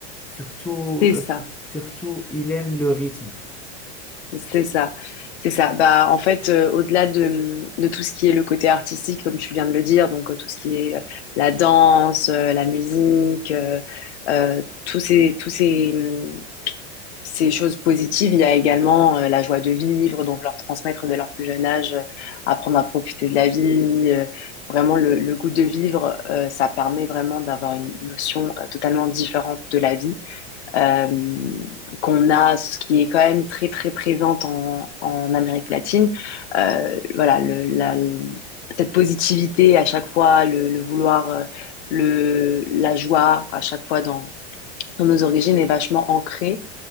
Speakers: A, in the centre; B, on the left.
A: Surtout,
B: C'est
A: euh,
B: ça.
A: surtout, il aime le rythme.
B: C'est ça, c'est ça. Bah, en fait, euh, au-delà de, de tout ce qui est le côté artistique, comme tu viens de le dire, donc euh, tout ce qui est euh, la danse, euh, la musique, euh, euh, tous ces, tous ces, hum, ces choses positives, il y a également euh, la joie de vivre, donc leur transmettre dès leur plus jeune âge, euh, apprendre à profiter de la vie. euh, vraiment, le, le goût de vivre, euh, ça permet vraiment d'avoir une notion euh, totalement différente de la vie euh, qu'on a, ce qui est quand même très très présente en, en Amérique latine. Euh, voilà, le, la, le- cette positivité à chaque fois, le, le vouloir, euh, le, la joie à chaque fois dans, dans nos origines est vachement ancrée.